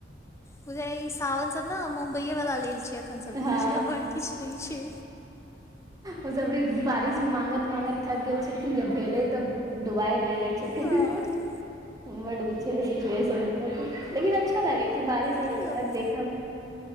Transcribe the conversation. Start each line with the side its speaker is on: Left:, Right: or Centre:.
Left: बुझाईये सावन सब ने, मुम्बईए वाला लेल छै, अखन सबकछु
Right: हँ
Left: छै, एम्हर किछु नहि छै।
Right: ओ सब भी बारिश मागत- मागत थक गेल छैेकिन, जब भेलै तऽ डुबाइ देबे छथिन।
Left: हँ
Right: बड ऊचे सिचुएशन ऽत के लेकिन अच्छा लागै छै बाजै छै
Left: की
Right: त्य
Left: कहबै
Right: देखऽ मे।